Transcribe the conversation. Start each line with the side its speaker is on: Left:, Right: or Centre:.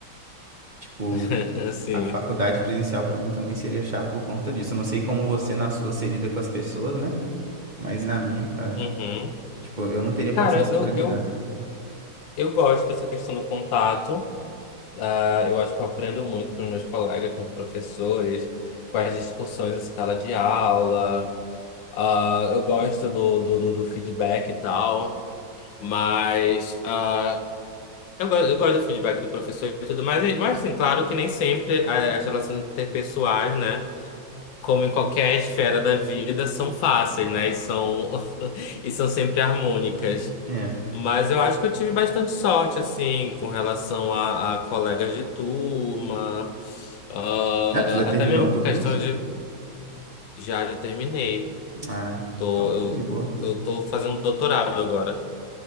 Right: Tipo,
Left: <laughs> Sim.
Right: A faculdade presencial pra mim também seria chato por conta disso. Eu não sei como você na sua se lida com as pessoas, né? Mas na minha, cara,
Left: Uhum.
Right: tipo, eu não teria paciência
Left: Cara, eu,
Right: pra lidar.
Left: eu, eu gosto dessa questão do contato. Ah, eu acho que eu aprendo muito com os meus colegas, com os professores, com as discussões em sala de aula. Ah, eu gosto do, do, do, do feedback e tal. Mas ah, eu, go- eu gosto do feedback do professor e tudo mais. Mas, assim, claro que nem sempre ah, as relações interpessoais, né? como em qualquer esfera da vida, são fáceis, né? E são, <laughs> e são sempre harmônicas.
Right: É.
Left: Mas eu acho que eu tive bastante sorte, assim, com relação a, a colegas de turma, ah,
Right: Ah, tu já terminou
Left: até mesmo
Right: o teu
Left: com questão
Right: curso?
Left: de. Já, já terminei.
Right: Ah,
Left: Tô,
Right: então
Left: eu,
Right: tá de boa.
Left: eu tô fazendo doutorado agora.